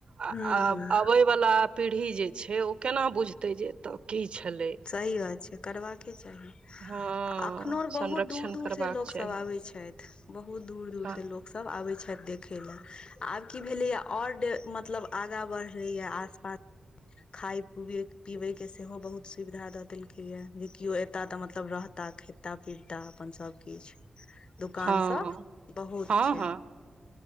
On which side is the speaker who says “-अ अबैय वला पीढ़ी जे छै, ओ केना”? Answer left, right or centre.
Right